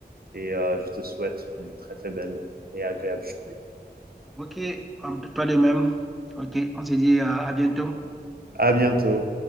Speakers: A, on the right; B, in the centre.
A: Et euh, je te souhaite une très très belle et agréable journée.
B: Ok, toi de même. Ok, on se dit à à bientôt.
A: À bientôt.